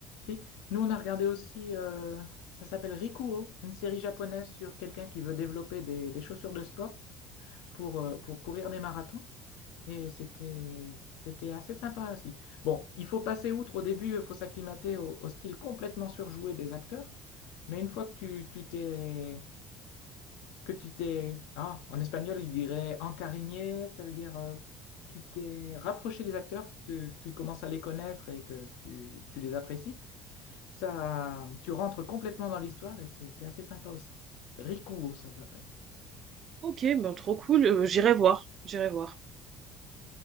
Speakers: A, on the left; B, on the right.
A: Si. Nous, on a regardé aussi, euh, ça s'appelle Rikuo, une série japonaise sur quelqu'un qui veut développer des, des chaussures de sport pour, euh, pour courir des marathons. Et c'était, c'était assez sympa aussi. Bon, il faut passer outre au début, il faut s'acclimater au, au style complètement surjoué des acteurs. Mais une fois que tu, tu t'es, que tu t'es... Ah, en espagnol, il dirait encariñé, ça veut dire euh, tu t'es rapproché des acteurs, que tu, tu commences à les connaître et que tu, tu les apprécies. Ça, tu rentres complètement dans l'histoire et c'est c'est assez sympa aussi. Rico, ça s'appelle.
B: OK, ben, trop cool, heu, j'irai voir, j'irai voir.